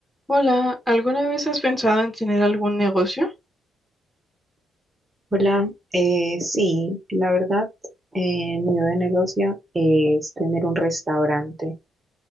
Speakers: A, in the centre; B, on the right (about 25°).
A: Hola, ¿alguna vez has pensado en tener algún negocio?
B: Hola, eh, sí, la verdad, eh, mi idea de negocio es tener un restaurante.